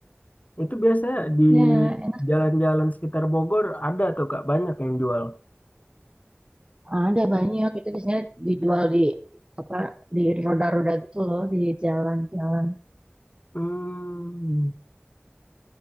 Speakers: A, on the left (about 40°); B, on the right (about 25°).
A: Itu biasanya di
B: Ya, enak.
A: jalan-jalan sekitar Bogor ada tuh Kak, banyak yang jual.
B: ada banyak itu biasanya dijual di apa di roda-roda gitu loh di jalan-jalan
A: Hmm.